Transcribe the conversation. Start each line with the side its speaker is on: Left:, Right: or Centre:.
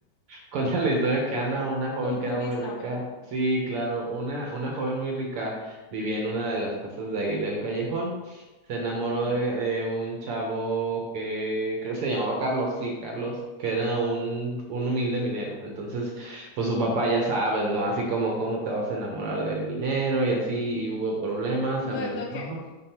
Right: Cuenta la historia que
Left: ver,
Right: Ana, una joven
Left: culturízame.
Right: que era muy rica, sí, claro, una, una joven muy rica vivía en una de las casas de ahí del callejón. Se enamoró
Left: Ujú.
Right: de, de un chavo que creo que se llamaba Carlos, sí, Carlos, que era un, un humilde minero. Entonces, pues su papá ya sabes, ¿no? Así como, ¿cómo te vas a enamorar del minero? Y así, y hubo problemas, se
Left: No
Right: amenazó.
Left: es lo que,